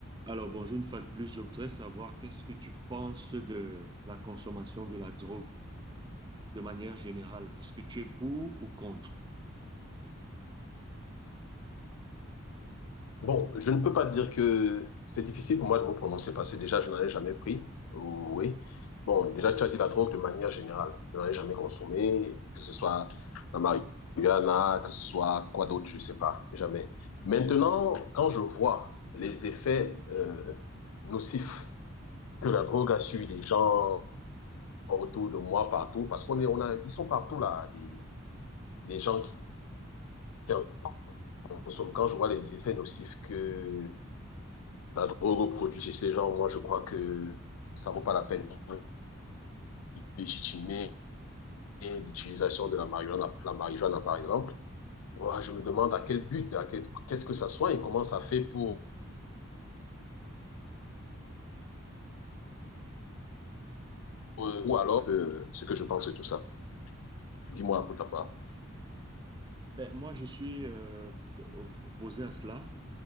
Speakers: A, on the right; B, on the left.
A: Alors, bonjour une fois de plus. Je voudrais savoir qu'est-ce que tu penses de la consommation de la drogue de manière générale. Est-ce que tu es pour ou contre?
B: Bon, je ne peux pas dire que c'est difficile pour moi de me prononcer parce que déjà, je n'en ai jamais pris. Oui. Bon, déjà, tu as dit la drogue de manière générale. Je n'en ai jamais consommé, que ce soit la marijuana, que ce soit quoi d'autre, je ne sais pas, jamais. Maintenant, quand je vois les effets euh, nocifs que la drogue a sur les gens autour de moi, partout, parce qu'on est, on a, ils sont partout là, des, des gens qui en consomment. Quand je vois les effets nocifs que la drogue aux produits chez ces gens, moi, je crois que ça ne vaut pas la peine de légitimer l'utilisation de la marijuana, la marijuana, par exemple. Moi, je me demande à quel but, à quel, qu'est-ce que ça soigne, comment ça fait pour, euh, ou alors euh, ce que je pense de tout ça. Dis-moi pour ta part.
A: Ben, moi, je suis euh, opposé à cela,